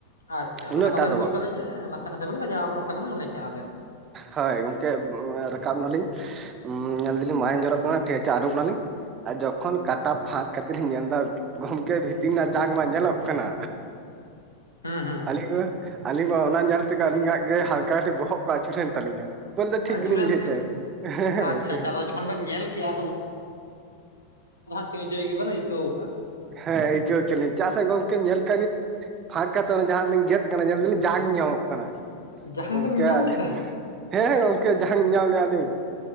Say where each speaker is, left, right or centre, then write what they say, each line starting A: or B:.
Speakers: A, on the left; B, on the right.
A: ᱟᱪᱪᱷᱟ
B: ᱩᱱᱟᱹᱜ
A: ᱢᱟᱱᱮ ᱵᱟᱵᱮᱱ
B: ᱴᱟ ᱫᱚ
A: ᱵᱩᱡ
B: ᱵᱟᱝ
A: ᱠᱟᱫᱟ ᱡᱮ ᱱᱟᱥᱮ ᱱᱟᱥᱮ ᱵᱮᱱ ᱵᱟᱡᱟᱣ ᱟᱠᱟᱱᱟ ᱚᱱᱠᱟ ᱵᱮᱱ ᱢᱚᱱᱮ ᱠᱮᱫᱼᱟ ᱟᱵᱮᱱ᱾
B: ᱦᱳᱭ ᱜᱚᱝᱠᱮ ᱨᱟᱠᱟᱵ ᱮᱱᱟᱞᱤᱧ ᱧᱮᱞ ᱫᱟᱞᱤᱧ ᱢᱟᱭᱟᱝ ᱡᱚᱨᱚᱜ ᱠᱟᱱᱟ ᱴᱷᱤᱠ ᱟᱪᱷᱮ ᱟᱹᱨᱩᱵ ᱮᱱᱟᱞᱤᱧ᱾ ᱟᱨ ᱡᱚᱠᱷᱚᱱ ᱠᱟᱴᱟ ᱯᱷᱟᱸᱠ ᱠᱟᱛᱮ ᱤᱧ ᱧᱮᱞ ᱮᱫᱟ ᱜᱚᱝᱠᱮ ᱵᱷᱤᱛᱤᱨ ᱨᱮᱱᱟᱜ ᱡᱟᱝ ᱢᱟ ᱧᱮᱞᱚᱜ ᱠᱟᱱᱟ᱾
A: <inaudible>
B: ᱟᱹᱞᱤᱧ
A: ᱦᱩᱸ
B: ᱢᱟ ᱟᱹᱞᱤᱧ ᱢᱟ ᱚᱱᱟ ᱧᱮᱞ ᱛᱮᱜᱮ ᱟᱹᱞᱤᱧᱟᱜ ᱜᱮ ᱦᱟᱞᱠᱟ ᱠᱟᱹᱴᱤᱡ ᱵᱚᱦᱚᱜ ᱠᱚ ᱟᱹᱪᱩᱨᱮᱱ ᱛᱟᱹᱞᱤᱧᱟ᱾ ᱫᱚ <unintelligible> ᱴᱷᱤᱠ
A: ᱟᱹᱪᱩᱨᱮᱱ
B: ᱜᱮᱞᱤᱧ ᱵᱩᱡᱷᱟᱹᱣᱮᱜ ᱛᱟᱦᱮᱸ
A: ᱟᱪᱪᱷᱟ
B: ᱜᱚᱝᱠᱮ
A: ᱟᱪᱪᱷᱟ ᱟᱫᱚ ᱡᱚᱠᱷᱚᱱ ᱵᱮᱱ ᱧᱮᱞ ᱠᱮᱜᱼᱟ ᱪᱚᱸᱭ ᱪᱚᱸᱭ ᱜᱮᱵᱮᱱ ᱟᱹᱣᱠᱟᱹᱣ ᱠᱟᱜᱼᱟ᱾
B: ᱦᱮᱸ ᱤᱠᱳ ᱪᱤᱞᱤ ᱪᱟᱥᱮ ᱜᱚᱝᱠᱮ ᱧᱮᱞ ᱠᱟᱤᱧ ᱯᱷᱟᱸᱠ ᱠᱟᱛᱮ ᱚᱱᱟ ᱡᱟᱦᱟᱸ ᱞᱤᱧ ᱜᱮᱫ ᱠᱟᱱᱟ ᱧᱮᱞᱫᱟᱞᱤᱧ ᱡᱟᱝ ᱧᱟᱢᱚᱜ ᱠᱟᱱᱟ᱾
A: ᱡᱟᱝ
B: ᱜᱚᱝᱠᱮ
A: ᱵᱮᱱ ᱧᱮᱧᱟᱢ ᱠᱮᱫᱟ
B: ᱦᱮᱸ ᱜᱚᱝᱠᱮ ᱡᱟᱝ ᱧᱟᱢ ᱞᱮᱜᱼᱟ ᱞᱤᱧ᱾